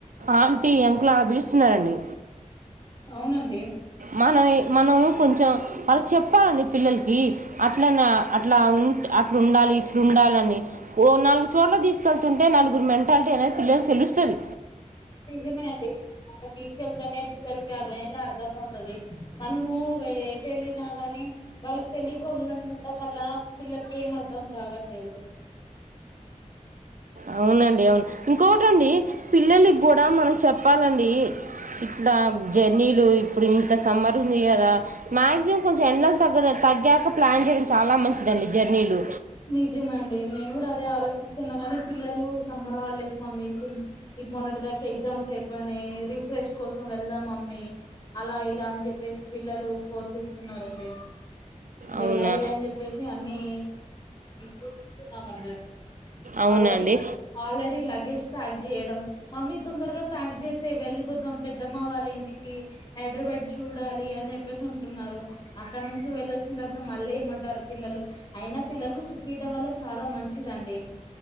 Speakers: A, on the right; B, on the left.
A: ఆంటీ, అంకులు అలా పిలుస్తున్నారండి.
B: అవునండి
A: మనమే మనం కొంచెం వాళ్లకి చెప్పాలండి పిల్లలికి అట్లనా అట్లా ఉంట్ అట్ల ఉండాలి ఇట్ల ఉండాలని, ఓ నాలుగు చోట్లకు తీసుకెళ్తుంటే నలుగురు మెంటాలిటీ అనేది పిల్లలకు తెలుస్తది.
B: నిజమే అండి అట్ల తీసుకెళ్తేనే పిల్లలకి <unintelligible> అర్థంగా ఉంటది. మనము ఎటు వెళ్ళినా కాని వాళ్ళకి తెలి <unintelligible> కోపంలా పిల్లలకి ఏం అర్థం కావట్లేదు
A: అవునండి అవును ఇంకో వునండి పిల్లలకి కూడా మనం చెప్పాలండి ఇట్లా జర్నీలు ఇప్పుడు ఇంత సమ్మర్ ఉంది కదా, మాక్సిమం కొంచెం ఎండలు తగ్గడం తగ్గాక ప్లాన్ చేయడం చాలా మంచిదండి జర్నీలు
B: నిజమండి నేను కూడ అదే ఆలోచిస్తున్నా గాని పిల్లలు సమ్మర్ హాలిడేస్ మమ్మీ ఫు మొన్నటి దాకా ఎగ్జామ్స్ అయిపోయినాయి రిఫ్రెష్ కోసం వెళ్దాం మ హుమ్ అలా ఇలా అని చెప్పేసి పిల్లలు ఫోర్స్ చేస్తున్నారండి
A: అవునా
B: వెళ్ళాలి అన్ చెప్పేసి అన్ని చూసుకుంటు ఉన్ననుండికుం
A: అవునండి
B: ఆల్రెడీ ఆల్రెడీ లగేజ్ ప్యాక్ చేయడం మమ్మీ తొందరగా ప్యాక్ చేసి వెళ్ళిపోతాం పెద్దమ్మ వాళ్ళ ఇంటికి హైదరాబ్యాడ్ చూడాలి అని చెప్పేసి ఉంటున్నారు అక్కడ నుంచి వెళ్ళో చ్ <inaudible> మళ్ళీ ఏమంటారో పిల్లలు అయినా పిల్లలతో చూపియడం వల్ల చాలా మంచిదండి